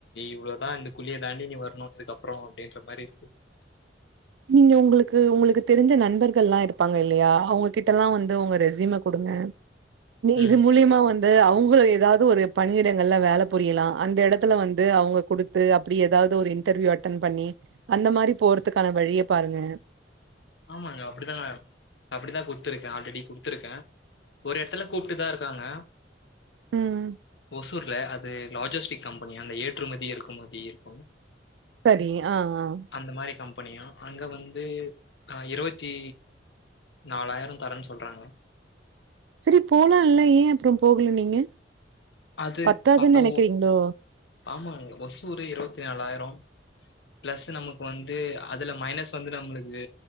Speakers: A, on the left; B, on the right.
A: இவ்ளோதான் இந்த குழிய தாண்டி நீ வரணும் இதுக்கப்புறம் அப்புறம் அப்டின்ற மாரி இருக்
B: நீங்க உங்குளுக்கு உங்குளுக்கு தெரிஞ்ச நண்பர்கல்லா இருப்பாங்க இல்லயா அவங்ககிட்டல்லா வந்து அவங்க ரெசியூம குடுங்க
A: ம்
B: இது மூலியமா வந்து து அவங்க ஏதாது ஒரு பணியிடங்கள்ல வேல புரியலாம் அந்த எடத்துல வந்து அவங்க குடுத் து அப்படி ஏதாது ஒரு இன்டர்வியூ அட்டன் பண்ணி அந்த மாரி போறதுக்கான வழிய பாருங்க
A: ஆமாங்க அப்டிதா அப்டிதா குத்துருக்கேன் ஆல்ரெடி குடுத்துருக்கேன் ஒரு எடத்துல கூப்பிட்டுதா இருக்காங்க
B: ம்
A: ஓசூ ஊர்ல அது லாஜிஸ்டிக் கம்பெனியா அந்த ஏற்றுமதி இறக்குமதி இருக்கும்
B: சரி ஆன் ஆன்
A: அந்த மாரி கம்பெனியா அங்க வந்து அ இருவத்தி நாலாயிரம் தரேன்னு சொல்றாங்க
B: சரி போலான்ல ஏன் அப்புறம் போகுல நீங்க
A: அது
B: பத்தாதுன்
A: பாத்தா
B: நெனைக்கிறீங்களோ
A: ஆமாங்க ஒசூறே இருவத்தி நாலாயிரம் பிளஸ் நமக்கு வந்து அதுல மைனஸ் வந்து நம்மளுக்கு